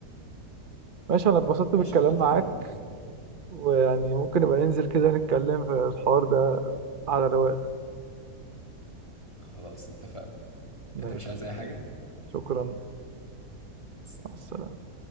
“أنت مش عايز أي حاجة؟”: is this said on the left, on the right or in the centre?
Left